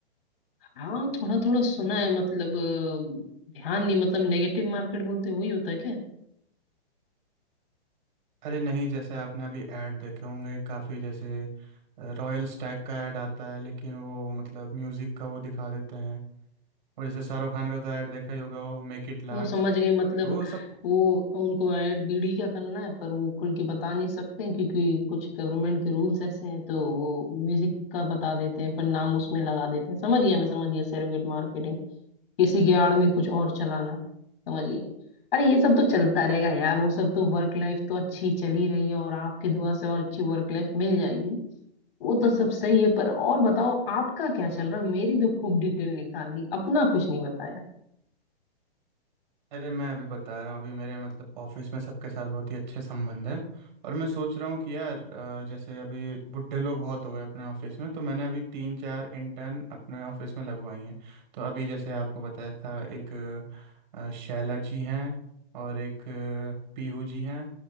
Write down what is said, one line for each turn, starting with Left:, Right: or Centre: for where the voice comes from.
Left: हाँ थोड़ा थोड़ा सुना है मतलब अ, ध्यान नहीं मतलब नेगेटिव मार्केट बोलते वही होता है
Right: अरे नहीं जैसे आपने अभी ऐड देखे होंगे काफ़ी जैसे रॉयल स्टैग का ऐड आता है लेकिन वो मतलब म्यूज़िक का वो दिखा देते हैं और जैसे शाहरुख खान का तो ऐड देखा ही होगा वो मेक इट लार्ज
Left: वो समझ गए मतलब
Right: तो वो सब
Left: वो उनको ऐड बीडी का करना है पर वो खुल के बता नहीं सकते हैं, क्योंकि कुछ गवर्नमेंट के रूल्स ऐसे हैं तो वो म्यूजिक का बता देते हैं पर नाम उसमें लगा देते हैं समझ गया मैं समझ गया सेरोगेट मार्केटिंग किसी के आड़ में कुछ और चलाना समझ गया अरे ये सब तो चलता रहेगा यार वो सब तो वर्क लाइफ तो अच्छी चली रही है और आपके दुआ से और अच्छी वर्क लाइफ मिल जाएगी वो तो सब सही है पर और बताओ आपका क्या चल रहा है मेरी तो खूब डिटेल निकाल दी अपना कुछ नहीं बताया
Right: अरे मैं अभी बता रहा हूँ अभी मेरे मतलब ऑफिस में सबके साथ बहुत ही अच्छे संबंध हैं और मैं सोच रहा हूँ कि यार अ, जैसे अभी बुढ़े लोग बहुत हो गए अपने ऑफिस में तो मैंने अभी तीन चार इंटर्न अपने ऑफिस में लगवाई हैं तो अभी जैसे आपको बताया था एक अ, शैला जी हैं और एक अ, पीहू जी हैं